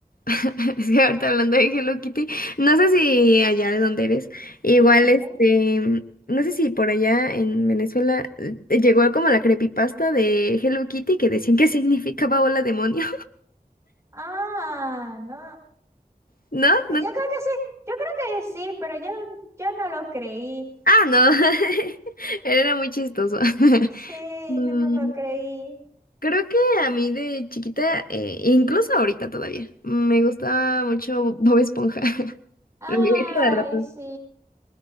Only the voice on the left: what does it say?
<laughs> sí, ahorita hablando de Hello Kitty, no sé si allá de donde eres, igual
este,
no sé si por allá en Venezuela eh, llegó como la creepypasta de Hello Kitty que decían que significaba hola demonio,
<laughs>
¿no?
Ah, no, <laughs> era muy chistoso. <laughs>
Mm,
Creo que a mí de chiquita, eh, incluso ahorita todavía, me gustaba mucho Bob Esponja. <laughs>
Lo veía cada rato.